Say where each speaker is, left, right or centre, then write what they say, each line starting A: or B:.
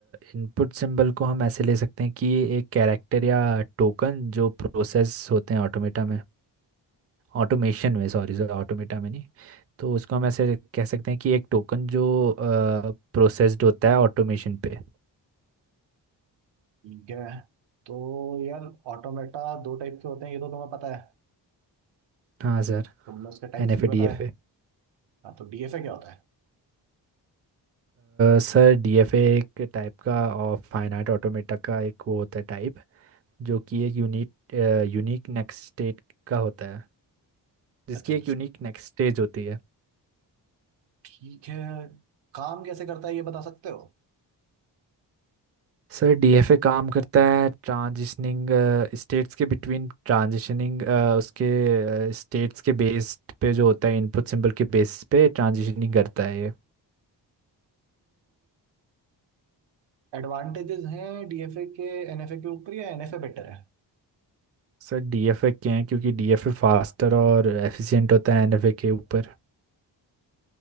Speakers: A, on the right; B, on the right.
A: इनपुट सिंबल को हम ऐसे ले सकते हैं कि ये एक कैरेक्टर या टोकन जो प्रोसेस होते हैं ऑटोमेटा में ऑटोमेशन में सॉरी सर ऑटोमेटा में नहीं तो उसको हम ऐसे कह सकते हैं कि एक टोकन जो प्रोसेस्ड होता है ऑटोमेशन पे
B: ठीक है तो यार ऑटोमेटा दो टाइप के होते हैं ये तो तुम्हें पता है
A: हाँ sir
B: तुमने उसके टाइप्स
A: N F
B: भी
A: A
B: बताए
A: D F A
B: हाँ तो डीएफए क्या होता है
A: Sir D F A एक टाइप का और फाइनाइट ऑटोमेटा का एक वो होता है टाइप जो कि एक यूनिक यूनिक नेक्स्ट स्टेट का होता है जिसकी
B: अच्छा
A: एक यूनिक नेक्स्ट स्टेज होती है
B: ठीक है काम कैसे करता है ये बता सकते हो
A: सर डीएफए काम करता है ट्रांजिशनिंग स्टेट्स के बिटवीन ट्रांजिशनिंग उसके स्टेट्स के बेस पे जो होता है इनपुट सिंबल के बेस पे ट्रांजिशनिंग करता है ये
B: एडवांटेजेस हैं डीएफए के एनएफए के ऊपर या एनएफए बेटर है
A: सर डीएफए क्या है क्योंकि डीएफए फास्टर और एफिशिएंट होता है एनएफए के ऊपर